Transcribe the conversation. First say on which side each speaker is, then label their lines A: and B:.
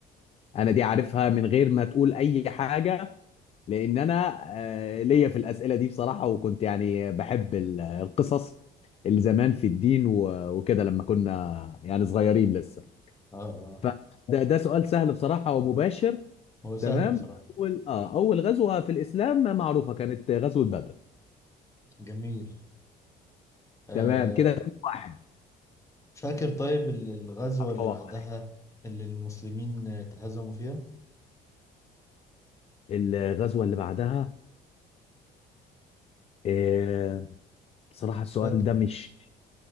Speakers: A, on the left; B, on the left.
A: انا دي عارفها من غير ما تقول اي حاجه لان انا آه، ليا في الاسئله دي بصراحه وكنت يعني بحب ال- القصص اللي زمان في الدين و- وكده لما كنا يعني صغيرين لسه
B: اه اه
A: فده ده سؤال سهل بصراحه ومباشر
B: هو سهل
A: تمام
B: بصراحة
A: اول اه اول غزوه في الاسلام معروفه كانت غزوه بدر
B: جميل آه
A: تمام كده اتنين واحد
B: فاكر طيب ال- الغزوة
A: هتفوق
B: اللي بعدها
A: عليك
B: اللي المسلمين اتهزموا فيها؟
A: الغزوه اللي بعدها آه بصراحه السؤال
B: فاكر
A: ده مش